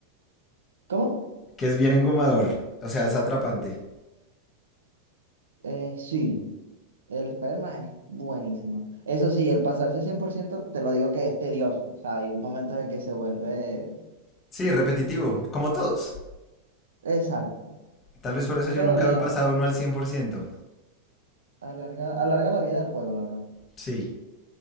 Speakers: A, on the right (about 80°); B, on the left (about 30°).
A: ¿cómo?
B: que es bien engomador. O sea, es atrapante.
A: Eh, sí, el Spider-Man es buenísimo. Eso sí, el pasarse 100% te lo digo que es tedioso, o sea, hay momentos en que se vuelve...
B: Sí, repetitivo, como todos.
A: Exacto,
B: Tal vez por eso yo
A: pero
B: nunca
A: le
B: me he pasado
A: da
B: uno al cien por ciento
A: Alarga, alarga la vida del juego, la verdad.
B: Sí,